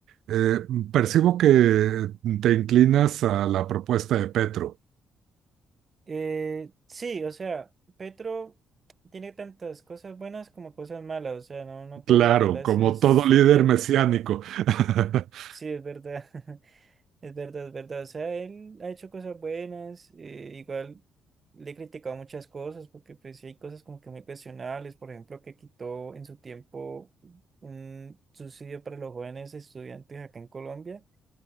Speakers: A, on the right; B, on the right.
A: eh, percibo que te inclinas a la propuesta de Petro.
B: eh, sí, o sea, Petro tiene tantas cosas buenas como cosas malas, o sea, no, no todo
A: Claro,
B: lo que él hace
A: como
B: es
A: todo líder
B: bien,
A: mesiánico. <laughs>
B: sí, es verdad. <laughs> Es verdad, es verdad. O sea, él ha hecho cosas buenas, eh, igual le he criticado muchas cosas, porque pues sí hay cosas como que muy cuestionables, por ejemplo, que quitó en su tiempo un subsidio para los jóvenes estudiantes acá en Colombia.